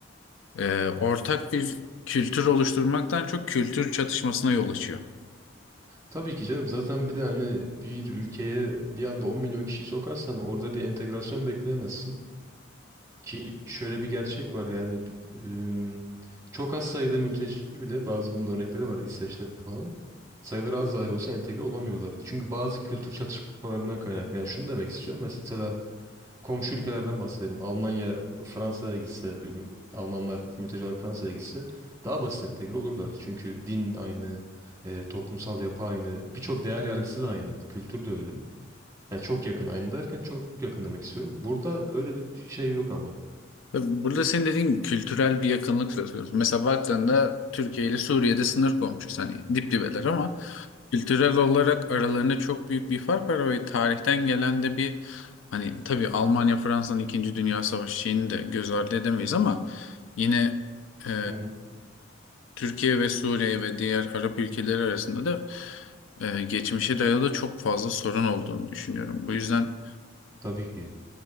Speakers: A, on the left (about 75°); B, on the right (about 15°).
A: e, ortak bir kültür oluşturmaktan çok kültür çatışmasına yol açıyor.
B: Tabii ki canım. Zaten bir de hani bir ülkeye bir anda 10 milyon kişiyi sokarsan orada bir entegrasyon bekleyemezsin. Ki şöyle bir gerçek var yani ım, çok az sayıda mülteci bile bazı bunun örnekleri var İsveç'te falan. Sayıları az dahi olsa entegre olamıyorlar. Çünkü bazı kültür çatışmalarından kaynaklı. Yani şunu demek istiyorum. Mesela komşu ülkelerden bahsedelim. Almanya Fransa'ya gitse, üm, Almanlar mülteci olarak Fransa'ya gitse daha basit entegre olurlar. Çünkü din aynı, e, toplumsal yapı aynı, birçok değer yargısı da aynı, kültür de öyle. Yani çok yakın aynı derken çok yakın demek istiyorum. Burada öyle bir şey yok ama.
A: Tabii Burada senin dediğin gibi kültürel bir yakınlık söz konusu. Mesela baktığında Türkiye ile Suriye'de sınır komşusu hani dip dibeler ama kültürel olarak aralarında çok büyük bir fark var ve tarihten gelen de bir hani tabii Almanya Fransa'nın İkinci Dünya Savaşı şeyini de göz ardı edemeyiz ama yine e,
B: Hı hı.
A: Türkiye ve Suriye ve diğer Arap ülkeleri arasında da e, geçmişe dayalı çok fazla sorun olduğunu düşünüyorum. Bu yüzden
B: Tabii ki.